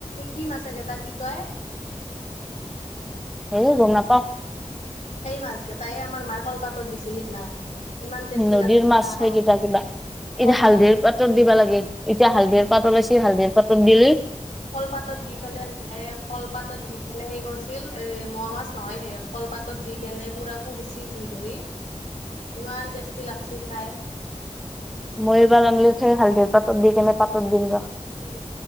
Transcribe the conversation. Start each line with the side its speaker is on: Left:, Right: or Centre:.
Left: কি মা তাকে ত কি কয়
Centre: হেই গমনাপাও
Left: সেই মাছ কেইটাই আমাৰ মায় কলপাতত দিছিল সিদিনা। ইমান টেষ্টি
Centre: নদীৰ
Left: লাগছি
Centre: মাছ
Left: খাই
Centre: স কেইটা কিবা এতিয়া
Left: কলপাতত
Centre: হালধিৰ পাতত দিবা লাগে এতিয়া হালধিৰ পাত ওলাইছে হালধিৰ পাতত দিলে।
Left: কলপাতত দি পেলাই কলপাতত দি কেনে সে কৰিছিল এ মুৱা মাছ নহয় সে কলপাতত দি কেনে পুৰা পুৰ্চি জুই ধৰি ইমান টেষ্টি লাগছ খাই।
Centre: মই এইবাৰ আনিলো সেই হালধিৰ পাতত দি কেনে পাতত দিম ৰ।
Left: উম